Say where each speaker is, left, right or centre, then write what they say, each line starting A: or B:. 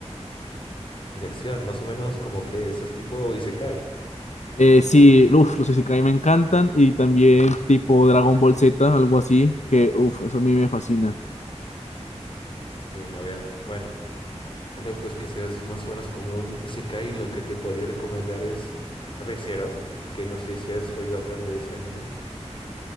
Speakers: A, on the left; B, on the left.
A: de acción, más o menos como que eso es tipo Isekai.
B: Eh, sí, uff, los Isekai me encantan y también tipo Dragon Ball Z, algo así, que uff, eso a mí me fascina.
A: Bien, a ver, bueno, algo pues que sea así más o menos como un Isekai, lo que te podría recomendar es Re:Zero, que no sé si has oído hablar de ese anime.